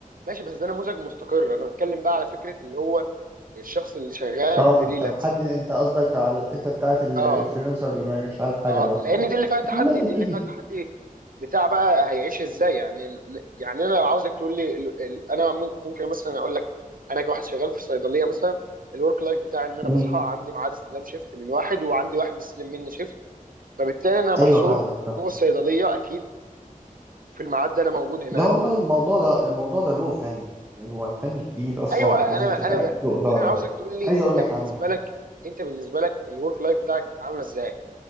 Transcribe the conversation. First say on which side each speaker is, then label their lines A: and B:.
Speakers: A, on the right (about 75°); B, on the right (about 15°).
A: ماشي بس ده نموذج مستقر انا بتكلم بقى على فكره اللي هو الشخص اللي شغال
B: اه
A: فريلانس
B: انت محدد انت قصدك على الحته بتاعت ال-
A: اه
B: الفريلانسر اللي ما مش عارف حاجه
A: اه
B: لوحده
A: لان
B: آه.
A: دي اللي فيها تحدي
B: والله يا
A: دي اللي
B: سيدي
A: فيها تحدي بتاع بقى هيعيش ازاي يعني يعني انا لو عاوزك تقول لي ال- ال- انا م- ممكن مثلا اقول لك انا كواحد شغال في صيدليه مثلا الورك لايف بتاعي ان انا
B: مم.
A: بصحى عندي ميعاد استلام شيفت من واحد وعندي واحد بيستلم مني شيفت فبالتالي انا محصور
B: ايوه فاهمك فاهم
A: جوه الصيدليه اكيد في الميعاد ده انا موجود هناك
B: لا والله الموضوع ده الموضوع ده له فن يعني هو فن كبير اصلا
A: ايوه انا
B: ولازم تبقى
A: انا ما-
B: له اداره
A: انا عاوزك تقول لي
B: عايز
A: انت
B: اقول لك
A: بالنسبه
B: عنه
A: لك انت بالنسبه لك الورك لايف بتاعك عامله ازاي